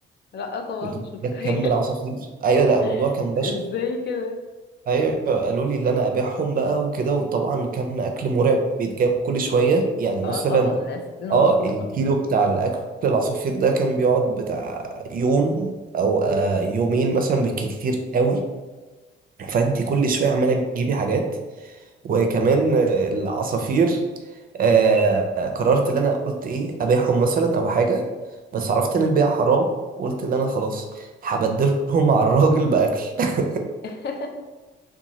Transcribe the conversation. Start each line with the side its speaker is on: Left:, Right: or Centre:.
Left: لا طبعا
Right: انت
Left: مش متخيلة
Right: تكمل عصافير أيوة لا الموضوع
Left: <laughs>
Right: كان بشع
Left: ازاي كده
Right: أيوة قالوا لي اللي أنا أبيعهم بقى وكده وطبعا كم أكل مرعب بيتجاب كل شوية يعني
Left: اه
Right: مثلا
Left: طبعا ده ستين
Right: اه
Left: عصفور
Right: الكيلو بتاع الأكل العصافير ده كان بيقعد بتاع يوم أو آه، يومين مثلا بالكتير قوي فأنت كل شوية عمالة تجيبي حاجات وكمان العصافير آه قررت اللي انا قلت ايه ابيعهم مثلا او حاجه بس عرفت
Left: مم.
Right: ان البيع حرام قلت اللي انا خلاص هبدلهم <laughs> على الراجل باكل <laughs>
Left: <laughs>